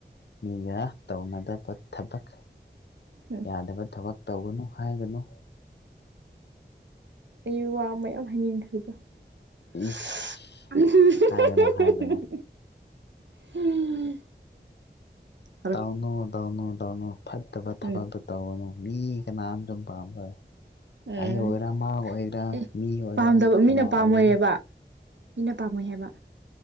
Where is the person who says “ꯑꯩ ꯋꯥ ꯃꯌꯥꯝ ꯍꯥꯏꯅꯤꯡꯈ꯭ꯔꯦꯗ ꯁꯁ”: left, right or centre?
Right